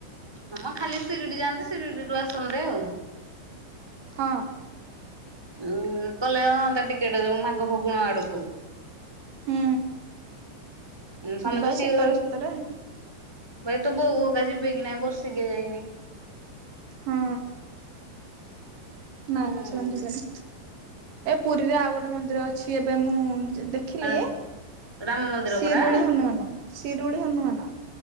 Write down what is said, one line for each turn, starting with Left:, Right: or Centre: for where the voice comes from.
Centre: ହମ ଖାଲି ସିରିଡି ଯାଆନ୍ତେ, ସିରିଡି ରୁ ଆସନ୍ତେ ଆଉ।
Right: ହଁ।
Centre: ଉଁ କଲେ ହଁଅତା ଟିକେଟେ ମାଘ ଫଗୁଣ ଆଡକୁ।
Right: ହୁଁ।
Centre: ସମସ୍ତେ
Right: ଯିବା ଏଇ
Centre: ସିଉଡିରୁ
Right: ଶୀତରେ ଶୀତରେ
Centre: ହୁଏତୋ ବୋଉ ହୋଉକା ଯିବେ କି ନାଇଁ ବର୍ଷିକିିଆ ଯାଇନି।
Right: ହୁଁ।
Centre: ହୁଁ।
Right: ନାଇଁ, ନାଇଁ ସେମାନେ ଯିବେନି। ଏପ। ପୁରୀରେ ଆଉ ଗୋଟେ ମନ୍ଦିର ଅଛି ଏବେ ମୁଁ ଯ ଦେଖିଲି।
Centre: ଆଁ ରାମ ମନ୍ଦିର
Right: ଶିରୁଳି
Centre: ପରା
Right: ହନୁମାନ, ଶିରୁଳି ହନୁମାନ